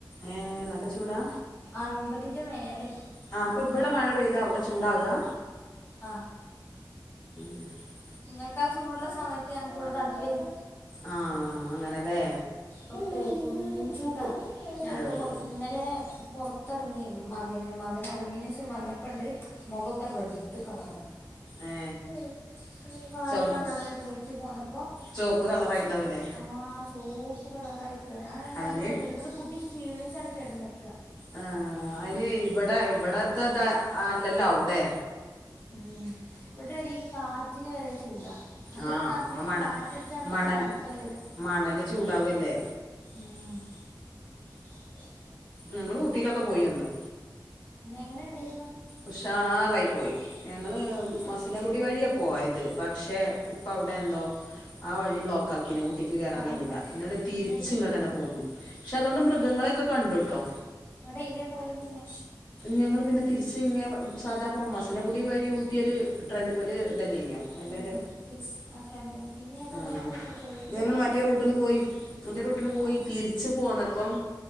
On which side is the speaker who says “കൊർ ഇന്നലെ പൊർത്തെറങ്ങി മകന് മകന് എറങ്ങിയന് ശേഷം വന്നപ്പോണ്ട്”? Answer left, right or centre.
Left